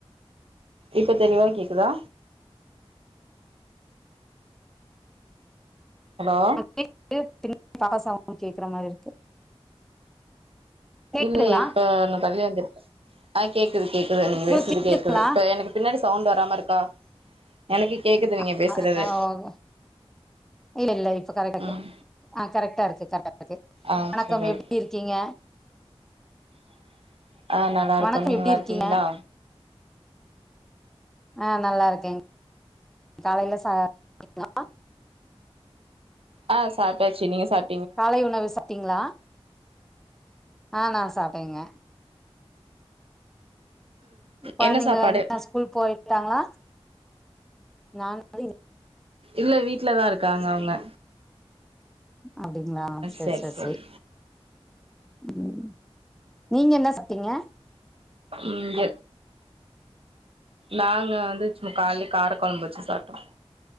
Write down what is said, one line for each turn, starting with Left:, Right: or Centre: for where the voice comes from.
Right: இப்ப தெளிவா கேக்குதா
Centre: <inaudible>
Right: ஹலோ
Centre: <inaudible> கேக்குற மாரி இருக்கு கேக்குதுங்களா
Right: இல்லையே இப்ப நா தள்ளி வந்து ஆ கேக் குது கேக்குது நீங்க
Centre: உங்களுக்கு
Right: பேசுறது
Centre: கேக்குதுங்களா
Right: கேக்குது இப்ப எனக்கு பின்னாடி சவுண்ட் வராம இருக்கா எனக்கு
Centre: <inaudible>
Right: கேக்குது நீங்க பேசுறது
Centre: ஓகே இல்ல இல்ல இப்ப கரக்டா கேக்குது
Right: ம்
Centre: ஆ கரெக்ட் டா இருக்கு கரெக்டா இருக்கு
Right: ஆ
Centre: வணக்கம்
Right: சரி
Centre: எப்டி
Right: ஓகே
Centre: இருக்கீங்க?
Right: <inaudible> ஆ நல்லா இருக்கோ
Centre: வணக்கம்
Right: நீங்க
Centre: எப்படி
Right: நல்லா
Centre: இருக்கீங்க
Right: இருக்கீங்களா
Centre: ஆ நல்லா இருக்கேங் காலைல சாப்டீங்ளா
Right: ஆ சாப்ட்டாச்சு நீங்க சாப்
Centre: காலை உணவு சாப்ட்டீங்களா ஆ நா சாப்ட்டேங்க எப்பா
Right: என்ன
Centre: நீங்க
Right: சாப்பாடு
Centre: <inaudible> ஸ்கூல் போயிட்டாங்களா நா <inaudible>
Right: இல்ல வீட் லதா இருக்காங்க அவுங்க
Centre: அப்டிங்களா சேர்
Right: சரி
Centre: சேர்
Right: சரி
Centre: சேரி ம் நீங்க என்ன சாப்ட்டீங்க?
Right: இங்க நாங்க வந்து சும்மா காலைல காரக் கொழம்பு வச்சு சாப்ட்டோ